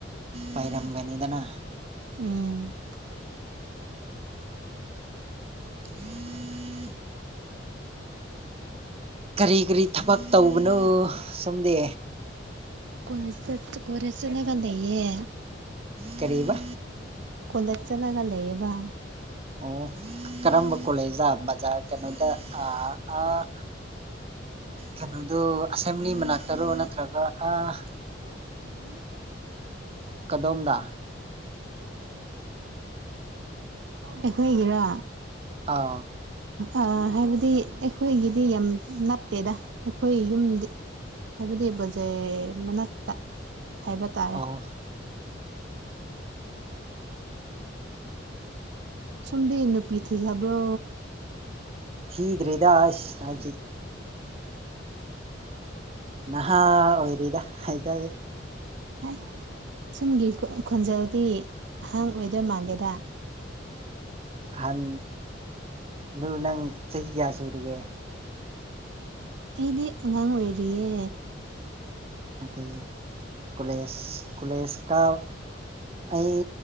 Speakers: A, on the right; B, on the right.
A: ꯄꯥꯏꯔꯝꯒꯅꯤꯗꯅ
B: ꯎꯝ
A: <inaudible> ꯀꯔꯤ ꯀꯔꯤ ꯊꯕꯛ ꯇꯧꯕꯅꯣ ꯁꯣꯝꯗꯤ
B: ꯀꯣꯂꯦꯖ ꯆꯠ ꯀꯣꯂꯦꯖ ꯆꯠꯂꯒ ꯂꯩꯌꯦ
A: ꯀꯔꯤꯕ
B: ꯀꯣꯂꯦꯖ ꯆꯠꯂꯒ ꯂꯩꯌꯦꯕ
A: ꯑꯣ ꯀꯔꯝꯕ ꯀꯣꯂꯦꯖꯗ ꯕꯖꯥꯔ ꯀꯩꯅꯣꯗ ꯑ ꯑꯥ ꯀꯩꯅꯣꯗꯣ ꯑꯁꯦꯝꯕ꯭ꯂꯤ ꯃꯅꯥꯛꯇꯔꯣ ꯅꯠꯇ꯭ꯔꯒ ꯑꯥ
B: <unintelligible>
A: ꯀꯗꯣꯝꯗ
B: ꯑꯩꯈꯣꯏꯒꯤꯔꯣ
A: ꯑꯥꯎ
B: ꯑꯥ ꯍꯥꯏꯕꯗꯤ ꯑꯩꯈꯣꯏꯒꯤꯗꯤ ꯌꯥꯝ ꯅꯞꯇꯦꯗ ꯑꯩꯈꯣꯏ ꯌꯨꯝꯗꯤ ꯍꯥꯏꯕꯗꯤ ꯕꯖꯥꯔ ꯃꯅꯛꯇ ꯍꯥꯏꯕ ꯇꯥꯔꯦ
A: ꯑꯣ
B: ꯁꯨꯝꯗꯤ ꯅꯨꯄꯤ ꯊꯤꯈꯕ꯭ꯔꯣ
A: ꯊꯤꯗ꯭ꯔꯤꯗ ꯑꯁ ꯍꯧꯖꯤꯛ ꯅꯍꯥ ꯑꯣꯏꯔꯤꯗ ꯍꯥꯏꯇꯥꯔꯦ
B: ꯍꯥꯏ ꯁꯣꯝꯒꯤ ꯈꯣꯟꯖꯦꯜꯗꯤ ꯑꯍꯥꯟ ꯑꯣꯏꯗꯣꯏ ꯃꯟꯗꯦꯗ
A: ꯑꯍꯥꯟ ꯑꯗꯨ ꯅꯪ ꯆꯍꯤ ꯀꯌꯥ ꯁꯨꯔꯒꯦ
B: ꯑꯩꯗꯤ ꯑꯉꯥꯡ ꯑꯣꯏꯔꯤꯌꯦ
A: ꯑꯗꯨ ꯀꯣꯂꯦꯖ ꯀꯣꯂꯦꯖ ꯀꯥꯕ ꯑꯩ